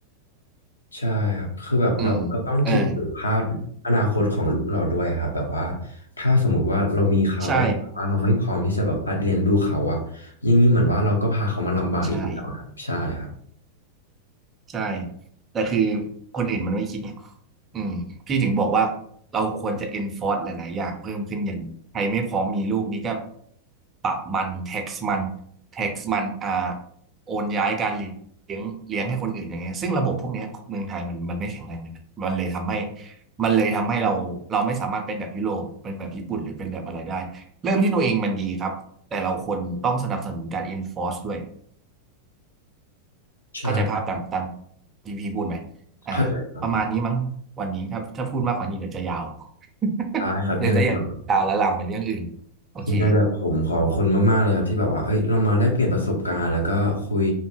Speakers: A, on the left; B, on the right.
A: ใช่ครับคือแบบเราเราต้องคิดถึงภาพอนาคตของลูกเราด้วยครับแบบว่า
B: ๆอืมเออ
A: ถ้าสมมุติว่าเรามีเขาแต่ว่าเราไม่พร้อมที่จะแบบว่าเลี้ยงดูเขาอะอย่างนี้เหมือนว่าเราก็พาเขามาลำบากอีกแล้วอะครับใช่ครับ
B: ใช่ใช่ ใช่ แต่คือคนอื่นมันไม่คิดไงอืมพี่ถึงบอกว่าเราควรจะ enforce หลายๆ อย่างเพิ่มขึ้นอย่างใครไม่พร้อมมีลูกนี่ก็ปรับมัน tax มัน tax มันอ่าโอนย้ายการเลี้ยงเลี้ยงให้คนอื่นอย่างเงี้ยซึ่งระบบพวกเนี้ยเมืองไทยมันมันไม่แข็งแรงเลยมันมันเลยทำให้มันเลยทำให้เราเราไม่สามารถเป็นแบบยุโรปเป็นแบบญี่ปุ่นหรือเป็นแบบอะไรได้เริ่มที่ตัวเองมันดีครับแต่เราควรต้องสนับสนุนการ enforce ด้วย
A: ใช่
B: เข้าใจภาพตามตามที่พี่พูดไหมอ่าประมาณนี้มั้งวันนี้ถ้าถ้าพูดมากกว่านี้เดี๋ยวจะยาว
A: เข้าใจครับผมได้ครับยังไงแบบ
B: <laughs> เดี๋ยวจะยาวแล้วลามไปเรื่องอื่น โอเค
A: ยังไงแบบผมขอบคุณมากๆเลยครับที่แบบว่าเอ้ยเรามาแลกเปลี่ยนประสบการณ์แล้วก็คุย